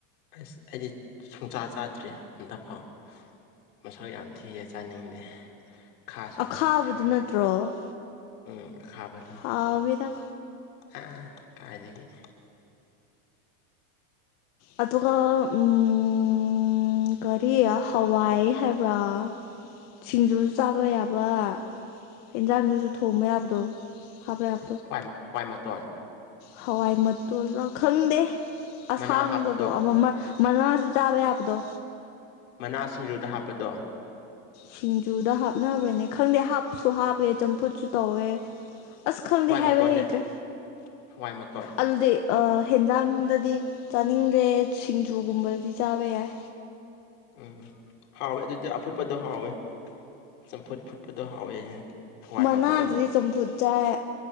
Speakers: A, on the left (about 80°); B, on the left (about 55°).
A: ꯑꯁ ꯑꯩꯗꯤ ꯁꯨꯡꯆꯥ ꯆꯥꯗ꯭ꯔꯤ ꯑꯝꯇ ꯐꯥꯎ ꯃꯁꯛ ꯌꯥꯝ ꯊꯤꯌꯦ ꯆꯥꯅꯤꯡꯗꯦ ꯈꯥꯁꯨ
B: ꯑꯈꯥꯕꯗꯨ
A: ꯌꯥꯝ ꯈꯥꯏ
B: ꯅꯠꯇ꯭ꯔꯣ
A: ꯎꯝ ꯑꯈꯥꯕꯗꯣ
B: ꯍꯥꯎꯋꯦꯗ
A: ꯑ ꯀꯥꯏꯗꯒꯤ
B: ꯑꯗꯨꯒ ꯎꯝ ꯎꯝ ꯀꯔꯤ ꯍꯋꯥꯏ ꯍꯥꯏꯕ꯭ꯔꯥ ꯁꯤꯡꯖꯨꯁꯨ ꯆꯥꯕ ꯌꯥꯕ ꯑꯦꯟꯖꯥꯡꯗꯨꯁꯨ ꯊꯣꯡꯕ ꯌꯥꯕꯗꯣ ꯍꯥꯞꯕ ꯌꯥꯕ
A: ꯍꯋꯥꯏ ꯍꯋꯥꯏ ꯃꯇꯣꯟ
B: ꯍꯋꯥꯏ ꯃꯇꯣꯂ ꯈꯪꯗꯦ ꯑꯁꯥꯡꯕꯗꯣ
A: ꯃꯅꯥ ꯍꯥꯞꯄꯗꯣ
B: ꯑꯃꯃ ꯃꯅꯥꯥꯁꯨ ꯆꯥꯕ ꯌꯥꯕꯗꯣ
A: ꯃꯅꯥ ꯁꯤꯡꯖꯨꯗ ꯍꯥꯞꯄꯗꯣ
B: ꯁꯤꯡꯖꯨꯗ ꯍꯥꯞꯅꯕ꯭ꯔꯅꯦ ꯈꯪꯗꯦ ꯍꯥꯞꯁꯨ ꯍꯥꯞꯄꯦ ꯆꯝꯐꯨꯠꯁꯨ ꯇꯧꯋꯦ ꯑꯁ ꯈꯪꯗꯦ
A: ꯍꯋꯥꯏ
B: ꯍꯥꯏꯕ
A: ꯃꯇꯣꯟꯅꯦ
B: ꯍꯩꯇ꯭ꯔꯦ
A: ꯍꯋꯥꯏ ꯃꯇꯣꯟ
B: ꯑꯗꯨꯗꯤ ꯑ ꯍꯦꯟꯖꯥꯡꯗꯗꯤ ꯆꯥꯅꯤꯡꯗ꯭ꯔꯦ ꯁꯤꯡꯖꯨꯒꯨꯝꯕꯗꯗꯤ ꯆꯥꯕ ꯌꯥꯏ
A: ꯎꯝ ꯍꯥꯎꯋꯦ ꯑꯗꯨꯗꯤ ꯑꯐꯨꯠꯄꯗꯣ ꯍꯥꯎꯋꯦ ꯆꯝꯐꯨꯠ ꯐꯨꯠꯄꯗꯣ ꯍꯥꯎꯋꯦ ꯍꯋꯥꯏ
B: ꯃꯅꯥ
A: ꯃꯇꯣꯟꯗꯣ
B: ꯑꯗꯨꯗꯤ ꯆꯝꯐꯨꯠ ꯆꯥꯏ